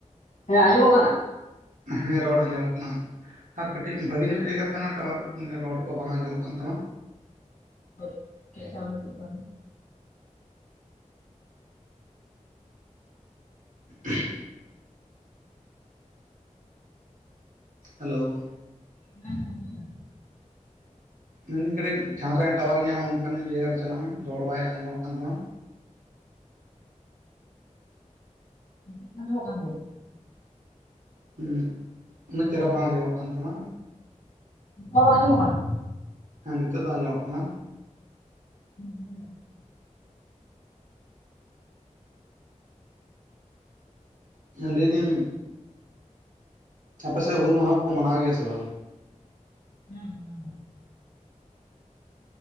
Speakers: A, on the left; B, on the right.
A: ᱦᱮᱸ ᱟᱸᱡᱚᱢᱚᱜ ᱠᱟᱱᱟ
B: ᱦᱮᱸ ᱨᱚᱲ ᱟᱸᱡᱚᱢᱚᱜ ᱠᱟᱱᱟ, ᱟᱨ ᱠᱟᱹᱴᱤᱡ ᱵᱷᱟᱜᱮ ᱧᱚᱜ ᱡᱟᱭᱜᱟ ᱨᱮ ᱛᱟᱸᱦᱮᱱ ᱢᱮ ᱴᱟᱣᱟᱨ ᱨᱚᱲ ᱠᱚ ᱵᱟᱝ ᱟᱸᱡᱚᱢᱚᱜ ᱠᱟᱱ ᱛᱟᱢᱟ,
A: <inaudible>
B: ᱩᱸᱦᱚᱻ ᱦᱮᱞᱳ
A: ᱦᱮᱸ
B: ᱢᱮᱱᱫᱟᱹᱧ ᱠᱟᱹᱴᱤᱡ ᱡᱟᱦᱟᱸ ᱥᱮᱫ ᱨᱮ ᱴᱟᱣᱟᱨᱮ ᱧᱟᱢᱟ ᱚᱱᱠᱟᱱ ᱡᱟᱭᱜᱟ ᱨᱮ ᱪᱟᱞᱟᱜ ᱢᱮ ᱨᱚᱲ ᱵᱟᱭ ᱟᱸᱡᱚᱢᱚᱜ ᱠᱟᱱ ᱛᱟᱢᱟ,
A: ᱱᱤᱛᱳᱜ ᱟᱸᱡᱢᱚᱜᱠᱟᱱ ᱜᱮᱭᱟ,
B: ᱦᱩᱸ ᱩᱱᱟᱹᱜ
A: ᱦᱮᱞᱳ
B: ᱪᱮᱦᱨᱟ ᱵᱟᱝ ᱟᱸᱡᱚᱢᱚᱜ ᱠᱟᱱ ᱛᱟᱢᱟ,
A: ᱱᱤᱛᱳᱜ ᱦᱚ ᱵᱟᱝ ᱟᱸᱡᱢᱚᱜ ᱠᱟᱱᱟ,
B: ᱦᱮᱸ ᱱᱤᱛᱚᱜ ᱫᱚ ᱟᱸᱡᱚᱢᱚᱜ ᱠᱟᱱᱟ,
A: ᱦᱩᱸ
B: ᱞᱟᱹᱭᱫᱤᱧ ᱟᱯᱮᱥᱮᱫ ᱦᱩᱞ ᱢᱟᱦᱟ ᱠᱚ ᱢᱟᱱᱟᱣ ᱜᱮᱭᱟ ᱥᱮ ᱵᱟᱝ,
A: ᱦᱮᱸ ᱦᱮᱸ ᱢᱟᱱᱟᱣ ᱜᱮᱭᱟ,